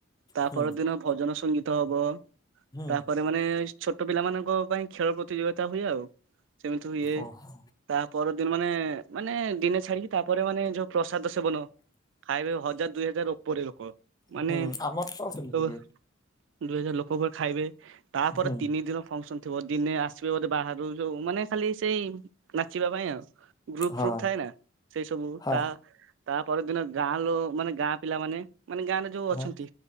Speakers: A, on the right; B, on the left.
A: ତା
B: ହୁଁ
A: ପର ଦିନ ଭଜନ ସଙ୍ଗୀତ ହବ,
B: ହୁଁ
A: ତାପରେ ମାନେ ଛୋଟ ପିଲା ମାନଙ୍କ ପାଇଁ ଖେଳ ପ୍ରତିଯୋଗିତା ହୁଏ ଆଉ, ସେମିତି ହୁଏ।
B: ଓହୋ
A: ତା ପର ଦିନ ମାନେ, ମାନେ ଦିନେ ଛାଡିକି ତାପରେ ମାନେ ଯୋଉ ପ୍ରସାଦ ସେବନ ଖାଇବେ ହଜାର ଦୁଇ ହଜାର ଉପରେ ଲୋକ ମାନେ
B: ହୁଁ
A: ସବୁ
B: ଆମର ତ ସେମିତି ହୁଏ
A: ଦୁଇ ହଜାର ଲୋକ ପୁରା ଖାଇବେ, ତାପରେ
B: ହୁଁ
A: ତିନି ଦିନ ଫଙ୍କସନ ଥିବ, ଦିନେ ଆସିବେ ବୋଧେ ବାହାରୁ ଯୋଉ ମାନେ ଖାଲି ସେଇ ନାଚିବା ପାଇଁ ଆଉ, ଗ୍ରୁପ
B: ହଁ।
A: ଫ୍ରୁପ ଥାଏ ନା ସେଇ ସବୁ
B: ହଁ
A: ତା ତା ପରଦିନ ଗାଁ ଲ ମାନେ ଗାଁ ପିଲାମାନେ, ମାନେ ଗାଁରେ ଯୋଉ ଅଛନ୍ତି।
B: ହଁ